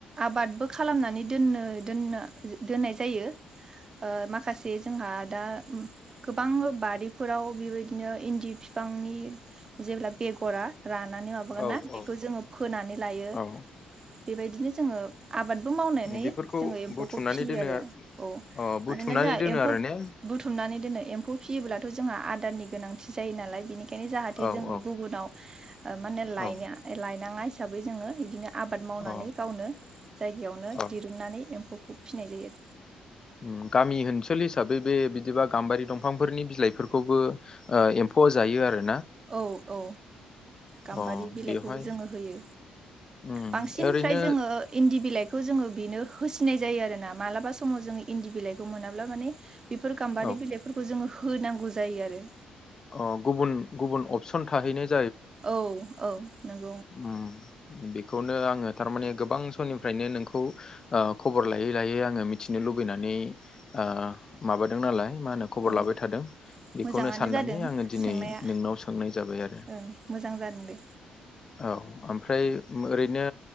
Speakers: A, on the right (about 25°); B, on the left (about 25°).
A: आबादबो खालामनानै दोननो दोननो दोननाय जायो ओ माखासे जोंहा दा ओम गोबां बारिफोराव बेबायदिनो इन्दि फिफांनि जेब्ला बेगरा रानानै माबागोन
B: औ
A: ना बेखौ
B: औ
A: जोङो फोनानै लायो।
B: औ
A: बेबायदिनो जोङो आबादबो मावनानै
B: बेफोरखौ
A: जोङो एम्फौखौ
B: बुथुमनानै
A: फिसियो
B: दोनो
A: आरो औ
B: अ बुथुमनानै
A: मानोना जोंहा
B: दोनो
A: एम्फौ
B: आरो ने
A: बुथुमनानै दोनो एम्फौ फियोब्ला जोंहा आदारनि गोनांथि जायो नालाय बेनि खायनो जाहाथे
B: औ
A: जोङो
B: औ
A: गुबुनाव ओ माहोनो
B: औ
A: लायना लायनाङा बे हिसाबै जोङो बिदिनो आबाद मावनानै
B: अ
A: गावनो जायगायावनो
B: अ
A: दिरुननानै एम्फौखौ फिसिनाय जायो।
B: ओम गामि ओनसोल हिसाबै बे बिदिबा गाम्बारि दंफांफोरनि बिलाइफोरखौबो ओ एम्फौआ जायो आरो
A: औ औ गाम्बारि
B: अ
A: बिलाइखौबो
B: बेवहाय
A: जोङो होयो।
B: उम
A: बांसिन
B: ओरैनो
A: फ्राय जोङो इन्दि बिलाइ खौ जोङो बेनो होसिनाय जायो आरो ना मालाबा समाव जोङो इन्दि बिलाइखौ मोनाब्ला माने बेफोर गाम्बारि
B: औ
A: बिलाइफोरखौ जोङो होनांगौ जायो आरो।
B: अ गुबुन गुबुन अपसन थाहैनाय
A: औ औ नों
B: ओम बेखौनो आङो थारमाने गोबां समनिफ्रायनो नोंखौ ओ खबर लायै लायै आङो मिथिनो लुबैनानै ओ माबादों नालाय मा होनो खबर
A: औ
B: लाबाय थादों। बेखौनो
A: मोजाङानो
B: साननानै
A: जादों
B: आङो दिनै
A: सोंनाया
B: नोंनाव सोंनाय जाबाय आरो।
A: ओं मोजां जादों दे
B: औ ओमफ्राय ओम ओरैनो